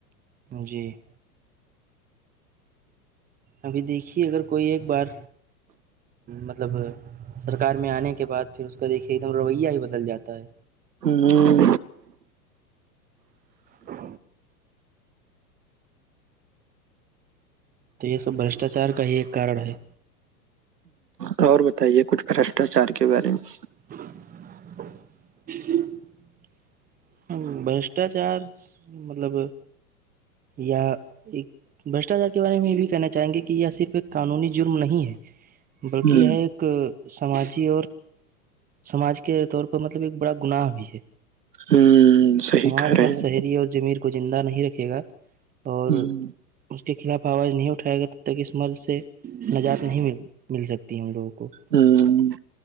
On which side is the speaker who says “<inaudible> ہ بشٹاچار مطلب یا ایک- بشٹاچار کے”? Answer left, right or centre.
Right